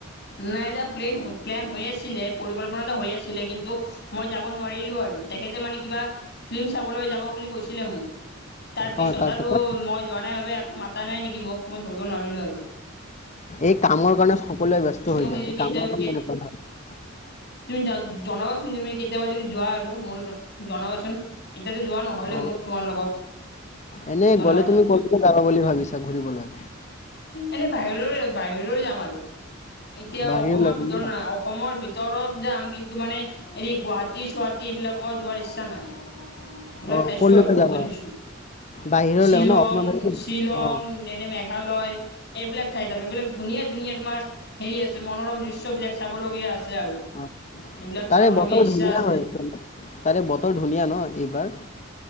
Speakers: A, on the left (about 55°); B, on the left (about 35°).
A: নাই এতিয়া প্লেন প্লেন হৈ আছিলে পৰিকল্পনা এটা হৈ আছিলে কিন্তু মই যাব নোৱাৰিলোঁ আৰু উম! তেখেতে মানে কিবা ফিল্ম চাবলৈ যাব বুলি কৈছিলে মোক তাৰ পিছত
B: অ তাৰপাছত
A: আৰু মই যোৱা নাই বাবে একো মাতা নাই নেকি মোক মই ধৰিব নোৱাৰিলোঁ আৰু
B: এই কামৰ কাৰণে সকলোৱে ব্যস্ত হৈ
A: মোক
B: যায়
A: যদি কেতিয়াবা
B: কামৰ কাৰণেএনেকুৱা ন
A: তুমি য জনাবাচোন তুমি কেতিয়াবা যদি যোৱা আৰু ম জনাবাচোন চোন এতিয়াতো যোৱা নহলে
B: অ
A: মোৰ তোমাৰ লগত
B: এনে
A: জনাবা
B: গ'লে
A: দিয়া।
B: তুমি ক'লৈকে যাবা বুলি ভাবিছা ঘূৰিবলৈ
A: এনেই বাহিৰলৈ বাহিৰলৈ যাম আৰু এতিয়া
B: বাহিৰলৈ
A: অসমৰ ভিতৰত
B: ন
A: নহাই অসমৰ ভিত ওচৰত যাম কিন্তু মানে হেৰি গুৱাহাটী-চুৱাটী এইবিলাকত যোৱাৰ ইচ্ছা নাই এইবিলাক
B: অ
A: চাইছোঁ
B: ক'লৈকে
A: আৰু বহুতে
B: যাবা
A: চাইছোঁ।
B: বাহিৰলৈ
A: শ্বিলং,
B: ন অসমৰ বাহিৰত
A: শ্বিলং,
B: অ
A: যেনে মেঘ মেঘালয় এইবিলাক ঠাইত আৰু এইবিলাক ধুনীয়া, ধুনীয়া তোমাৰ হেৰি আছে মনোৰম দৃশ্য বিলাক চাবলগীয়া আছে আৰু
B: অ,
A: এইবিলাক
B: তাৰে
A: চাবলগীয়া
B: বতৰ
A: ইচ্ছা
B: ধুনীয়া
A: আছে
B: হৈ তাৰে বতৰ ধুনীয়া ন এইবাৰ।